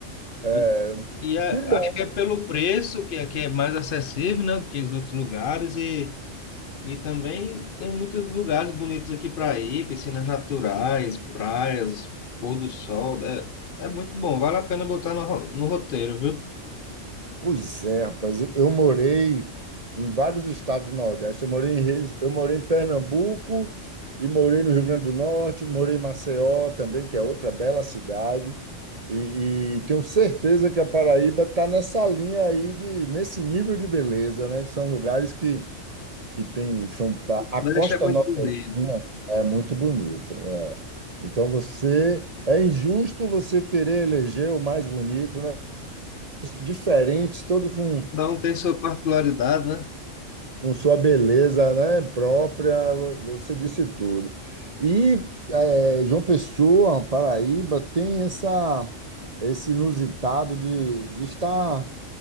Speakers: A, on the right; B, on the left.
A: É,
B: E, e é-
A: Que bom.
B: acho que é pelo preço, que aqui é mais acessível, né, do que os outros lugares, e. E também tem muitos lugares bonitos aqui para ir, piscinas naturais, praias, pôr do sol. É, é muito bom, vale a pena botar no, ro- no roteiro, viu?
A: Pois é, rapaz. Eu eu morei em vários estados do Nordeste. Eu morei em, Reis- eu morei em Pernambuco e morei no Rio Grande do Norte, morei em Maceió também, que é outra bela cidade. E, e tenho certeza que a Paraíba está nessa linha aí de, nesse nível de beleza, né? São lugares que que tem São Pa- A
B: O
A: Costa
B: Nordeste é muito
A: Nordestina
B: bonito.
A: é muito bonita. é. Então você é injusto você querer eleger o mais bonito, né? Diferentes, todos com
B: Cada um tem sua particularidade, né?
A: com sua beleza, né, própria, você disse tudo. E eh, João Pessoa, Paraíba, tem essa, esse inusitado de, de estar